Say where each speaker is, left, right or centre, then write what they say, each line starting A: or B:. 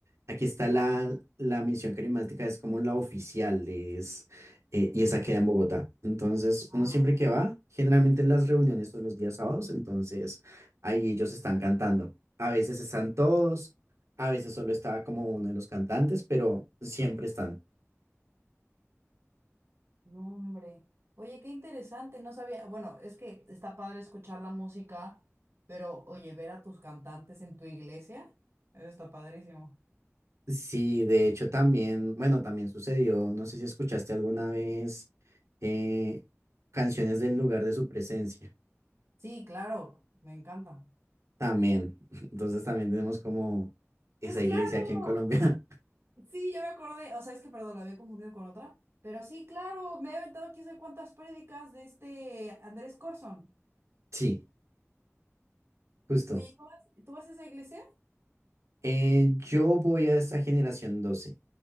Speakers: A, on the right; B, on the right.
A: aquí está la, la misión carismática, es como la oficial, es, eh, y esa queda en Bogotá. Entonces,
B: Ah.
A: uno siempre que va, generalmente las reuniones son los días sábados, entonces ahí ellos están cantando. A veces están todos, a veces solo está como uno de los cantantes, pero siempre están.
B: No, hombre. Oye, qué interesante, no sabía. Bueno, es que está padre escuchar la música, pero oye, ver a tus cantantes en tu iglesia, eso está padrísimo.
A: Sí, de hecho también, bueno, también sucedió, no sé si escuchaste alguna vez eh, canciones del lugar de su presencia,
B: Sí, claro, me encanta.
A: también, <laughs> entonces también tenemos como esa
B: Pues claro,
A: iglesia aquí en Colombia. <laughs>
B: sí, ya me acordé. O sea, es que, perdón, la había confundido con otra. Pero sí, claro, me he aventado quién sabe cuántas prédicas de este Andrés Corson.
A: Sí, justo.
B: Oye, ¿tú vas, tú vas a esa iglesia?
A: Eh, yo voy a esa generación doce.